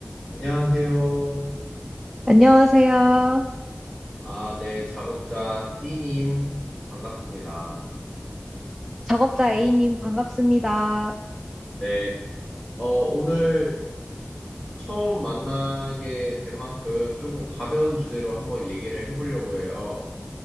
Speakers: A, on the left; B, in the centre.
A: 안녕하세요.
B: 안녕하세요.
A: 아, 네, 작업자 B님, 반갑습니다.
B: 작업자 A님 반갑습니다.
A: 네, 어, 오늘 처음 만나게 된 만큼 조금 가벼운 주제로 한번 얘기를 해보려고 해요.